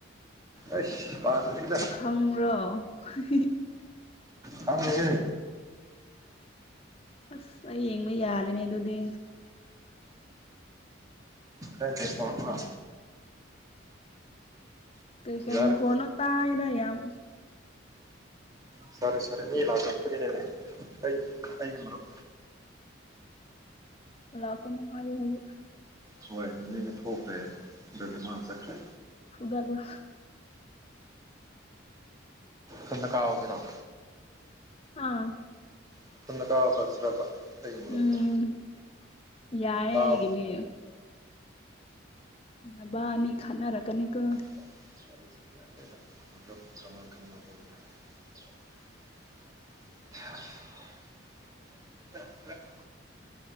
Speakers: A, on the right; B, on the left.
A: ꯑꯁ ꯄꯥꯟꯗ꯭ꯔꯤꯗ
B: ꯐꯪꯉꯨꯔꫭ ꯍꯤ ꯍꯤ ꯍꯤ
A: ꯐꯪ ꯏꯍꯦ
B: ꯑꯁ ꯑꯩ ꯌꯦꯡꯕ ꯌꯥꯔꯦꯅꯦ ꯑꯗꯨꯗꯤ
A: ꯅꯪ ꯀꯦꯁ ꯇꯧꯔꯛꯄ꯭ꯔꯥ
B: ꯀꯩ ꯀꯩ
A: ꯌꯥꯔꯦ
B: ꯃꯈꯣꯟꯅꯣ ꯇꯥꯏꯌꯦꯗ ꯌꯥꯝ
A: ꯁꯣꯔꯤ ꯁꯣꯔꯤ ꯃꯤ ꯂꯥꯛ ꯀꯄꯒꯤꯅꯦꯅꯦ ꯑꯩꯒꯤ ꯃꯔꯨꯞ
B: ꯂꯥꯛꯀꯅꯅꯨꯡ ꯍꯥꯏꯌꯨ ꯍꯧꯖꯤꯛ
A: ꯍꯣꯏ ꯃꯅꯤꯡꯗ ꯊꯣꯛꯈ꯭ꯔꯦ ꯑꯗꯨꯒꯤ ꯃꯥ ꯆꯠꯈ꯭ꯔꯦ
B: ꯐꯨꯗꯠꯂꯨ
A: ꯊꯨꯟꯗ ꯀꯥꯎꯁꯤꯔꯣ
B: ꯑꯥ
A: ꯃꯊꯨꯟꯗ ꯀꯥꯎ <unintelligible> ꯑꯩꯒꯤ ꯃꯔꯨꯞꯇꯣ
B: ꯎꯝ ꯌꯥꯏꯌꯦ
A: ꯀꯥꯎ
B: ꯑꯩꯒꯤꯗꯤ ꯅꯕꯥꯅꯤ ꯈꯠꯅꯔꯛ ꯀꯅꯤ ꯀꯣ
A: ꯀꯩꯈꯠꯅꯗꯦꯗ <unintelligible> ꯈꯠꯅ <inaudible>